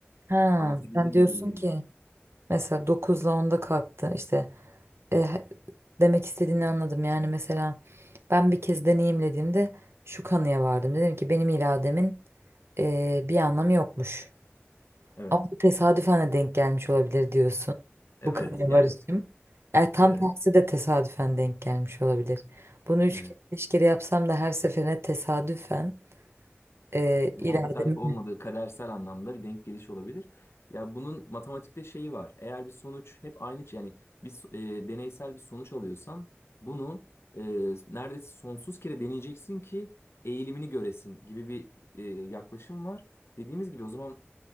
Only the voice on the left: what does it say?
Anlatabildim
mi bilmiyorum.
Evet.
Evet.
Yani
evet.
Evet.
veya
tesadüf olmadığı kadersel anlamda bir denk geliş olabilir. Ya bunun matematikte şeyi var. Eğer bir sonuç hep aynı yani bir so- e, deneysel bir sonuç alıyorsan bunu e, neredeyse sonsuz kere deneyeceksin ki eğilimini göresin gibi bir e, yaklaşım var. Dediğimiz gibi o zaman